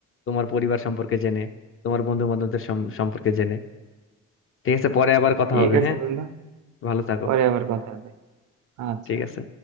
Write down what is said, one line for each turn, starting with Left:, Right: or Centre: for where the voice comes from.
Left: তোমার পরিবার সম্পর্কে জেনে তোমার বন্ধু বান্ধবদের সম্পর্কে জেনে ঠিক আছে পরে আবার কথা
Right: ঠিক
Left: হবে
Right: আছে
Left: হ্যাঁ
Right: বন্ধু
Left: ভালো থাকো
Right: পরে আবার কথা হবে আচ্ছা
Left: ঠিক আছে